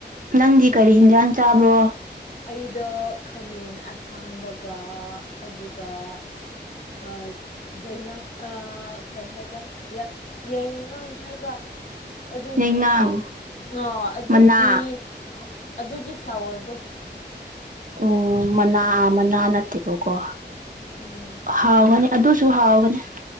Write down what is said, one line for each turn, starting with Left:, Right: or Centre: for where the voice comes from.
Right: ꯅꯪꯗꯤ ꯀꯔꯤ
Left: ꯀꯩ
Right: ꯍꯦꯟꯖꯥꯡ ꯆꯥꯕ꯭ꯔꯣ
Left: ꯑꯩꯗꯣ ꯈꯥꯃꯦꯟ ꯑꯁꯥꯡꯕꯒ ꯑꯂꯨꯒ ꯑ ꯆꯩꯉꯪ ꯑ ꯀꯩ ꯍꯥꯏꯕ꯭ꯔꯥ ꯌꯥꯏꯉꯪ ꯍꯥꯏꯕ꯭ꯔꯥ ꯑꯗꯨꯒꯤ
Right: ꯌꯥꯏꯉꯪ
Left: ꯑꯣ ꯑꯗꯨꯒꯤ
Right: ꯃꯅꯥ
Left: ꯑꯗꯨꯒꯤ ꯐ꯭ꯂꯥꯋꯔꯗꯣ
Right: ꯎꯝ ꯃꯅꯥ ꯃꯅꯥ ꯅꯠꯇꯦꯕꯣꯀꯣ
Left: ꯎꯝ
Right: ꯍꯥꯎꯒꯅꯤ ꯑꯗꯨꯁꯨ ꯍꯥꯎꯕꯅꯦ